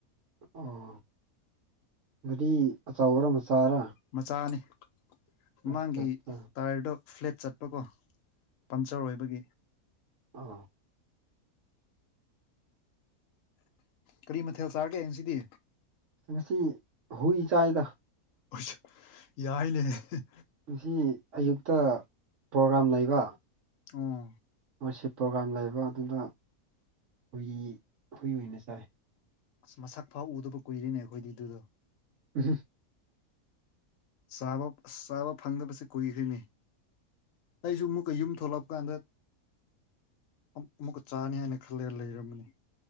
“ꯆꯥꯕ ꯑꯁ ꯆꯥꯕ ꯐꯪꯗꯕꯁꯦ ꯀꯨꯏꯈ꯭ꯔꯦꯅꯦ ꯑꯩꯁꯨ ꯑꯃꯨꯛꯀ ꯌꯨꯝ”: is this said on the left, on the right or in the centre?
Left